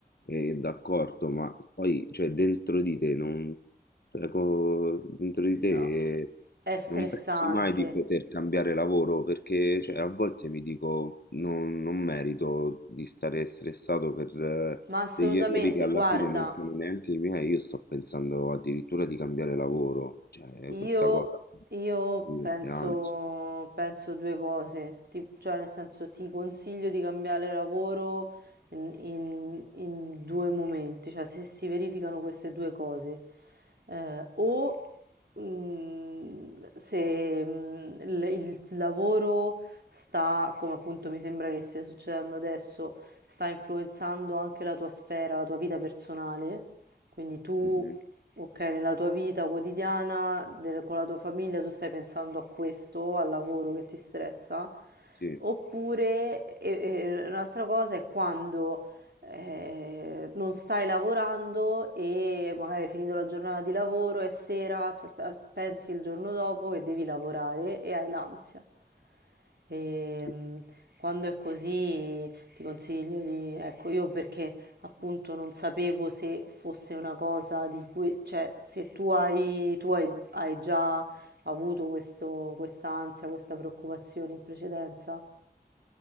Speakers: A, on the left (about 70°); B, on the right (about 75°).
A: Eh, d'accordo, ma poi, cioè, dentro di te non, cioè, co- dentro di te
B: no, è stressante,
A: non pensi mai di poter cambiare lavoro perché, cioè, a volte mi dico non, non merito di stare stressato per eh,
B: ma assolutamente.
A: degli errori che alla
B: Guarda,
A: fine non sono neanche i miei. Io sto pensando addirittura di cambiare lavoro, cioè,
B: Io,
A: questa cosa
B: io
A: mi
B: penso,
A: mette ansia.
B: penso due cose, ti- cioè nel senso ti consiglio di cambiare lavoro in, in- in due momenti, cioè se si verificano queste due cose, Eh, o mm, se mm, il, il lavoro sta, come appunto mi sembra che stia succedendo adesso, sta influenzando anche la tua sfera, la tua vita personale quindi tu,
A: Mhm,
B: ok, nella tua vita quotidiana, del- con la tua famiglia, tu stai pensando a questo, al lavoro che ti stressa,
A: Sì,
B: oppure e- e un'altra cosa è quando eh, non stai lavorando e magari hai finito la giornata di lavoro e sera p- pensi il giorno dopo che devi lavorare e hai l'ansia. E,
A: sì.
B: mh, quando è così ti consiglio di, ecco, io perché Appunto non sapevo se fosse una cosa di cui, cioè se tu hai, tu hai, hai già avuto questo, questa ansia, questa preoccupazione in precedenza.